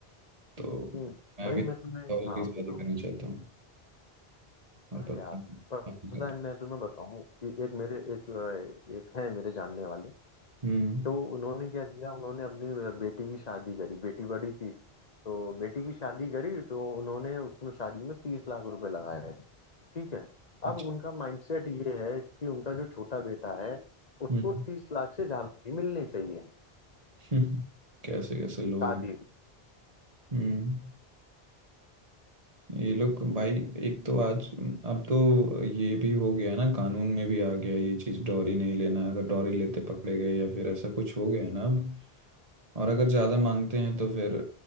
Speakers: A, on the right; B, on the left.
A: तो
B: हम्म,
A: मैं
B: भाई
A: भी
B: मैं तुम्हें
A: डॉरी
B: हाँ
A: की शादी
B: बोलो
A: करना चाहता हूँ और
B: हाँ
A: पता
B: यार
A: नहीं
B: पर
A: हकीकत-
B: पता है मैं तुम्हें बताऊं कि एक मेरे एक एक है मेरे जानने वाले
A: हम्म
B: तो उन्होंने क्या किया उन्होंने अपनी बेटी की शादी करी बेटी बड़ी थी तो बेटी की शादी करी तो उन्होंने उसमें शादी में तीस लाख रुपए लगाए ठीक है
A: अच्छा,
B: अब उनका माइंडसेट ये है कि उनका जो छोटा बेटा है उसको
A: हम्म
B: तीस लाख से ज्यादा ही मिलने चाहिए
A: <laughs> कैसे कैसे लोग
B: शादी
A: हैं
B: में।
A: हम्म ये लोग भाई एक तो आज अब तो ये भी हो गया ना कानून में भी आ गया ये चीज़ डॉरी नहीं लेना अगर डॉरी लेते पकड़े गए या फिर ऐसा कुछ हो गया है ना अब और अगर ज़्यादा मांगते हैं तो फिर